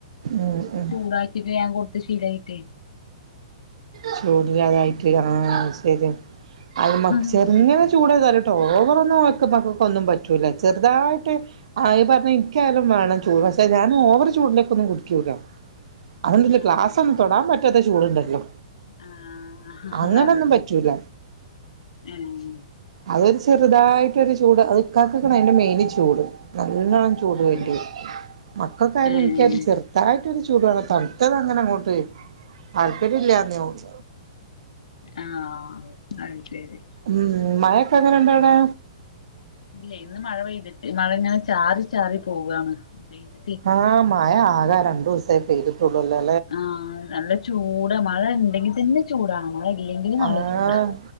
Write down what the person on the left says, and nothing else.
ഓൽക്ക്
ചൂടായി ഞൻ കൊടുത്ത് ശീലയിട്ട്
ആഹ്
ആഹ്
ആഹ്
അതന്നെ
ഏഹ്
അത് ശരി
ആഹ്
ഏഹ്
ആ അത്ശരി
ഇല്ല ഇന്ന് മഴ പെയ്തിട്ട് മഴ ഇങ്ങെനെ ചാറി ചാറി പോവാണ് പെയ്ത്
ആഹ് നല്ല ചൂട് മഴ ഇണ്ടെങ്കി തന്നെ ചൂടാണ് മഴ ഇല്ലെങ്കില് നല്ല
ചൂടാ